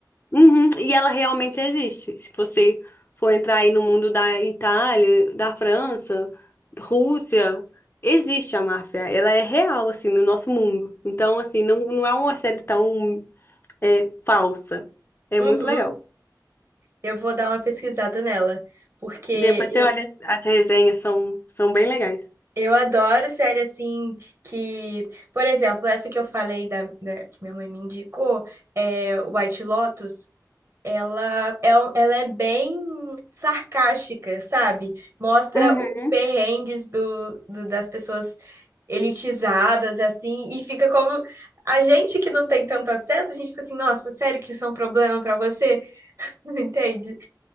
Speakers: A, on the left; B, on the right.
A: Uhum, e ela realmente existe. Se você for entrar aí no mundo da Itália, da França, Rússia, existe a máfia. Ela é real, assim, no nosso mundo. Então, assim, não, não é uma série tão é, falsa. É
B: Uhum.
A: muito legal.
B: Eu vou dar uma pesquisada nela, porque
A: Depois
B: eu,
A: você olha, as resenhas são, são bem legais.
B: eu adoro série assim que, por exemplo, essa que eu falei da, da- que minha mãe me indicou, é White Lotus, ela é, um- ela é bem sarcástica, sabe? Mostra
A: Uhum.
B: os perrengues do, do- das pessoas elitizadas, assim, e fica como a gente que não tem tanto acesso, a gente fica assim, nossa, sério que isso é um problema pra você? <laughs> Entende?